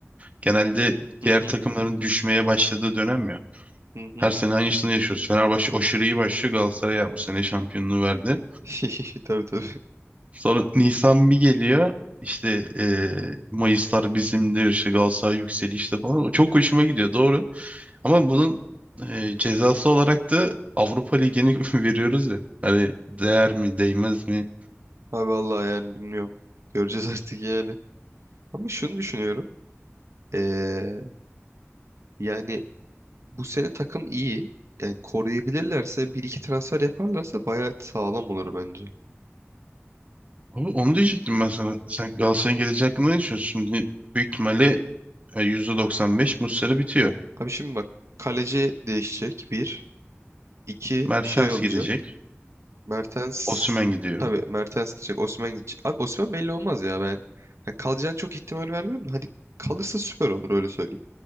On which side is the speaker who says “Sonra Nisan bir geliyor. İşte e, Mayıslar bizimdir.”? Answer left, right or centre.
Right